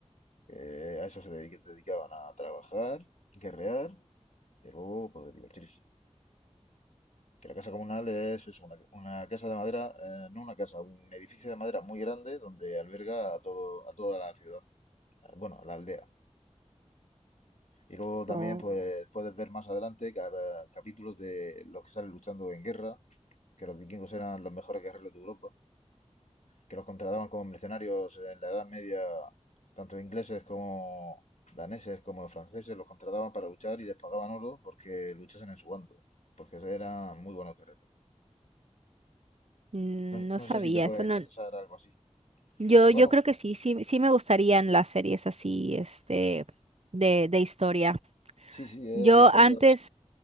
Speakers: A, on the left (about 80°); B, on the right (about 60°).
A: Eh, a eso se dedi- dedicaban a trabajar, guerrear y luego poder divertirse. Que la casa comunal es eso, una, una casa de madera, eh, no una casa, un edificio de madera muy grande donde alberga a todo, a toda la ciudad, eh, bueno, la aldea. Y luego también
B: Oh,
A: pues, puedes ver más adelante ca- capítulos de los que salen luchando en guerra, que los vikingos eran los mejores guerreros de Europa. que los contrataban como mercenarios en la Edad Media, tanto ingleses como daneses como franceses, los contrataban para luchar y les pagaban oro porque luchasen en su bando, porque eran muy buenos guerreros.
B: mm,
A: No,
B: no
A: no
B: sabía,
A: sé si te puede
B: esto no.
A: interesar algo así.
B: Yo, yo
A: Bueno,
B: creo que sí, sí, sí me gustarían las series así, este, de, de historia.
A: sí, sí, es
B: Yo
A: de historia
B: antes,